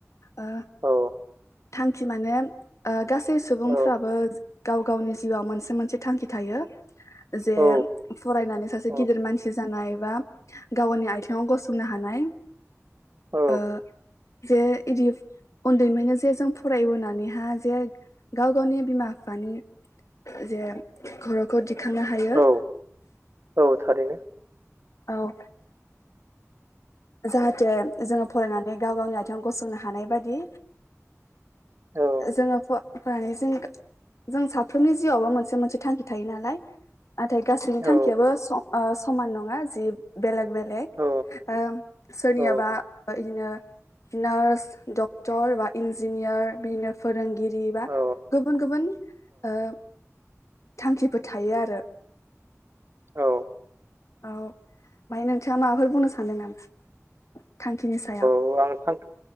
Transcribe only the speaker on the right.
औ
औ
औ
औ
औ
औ औ थारैनो
औ
औ
औ
औ
औ
औ
औ आं थांखि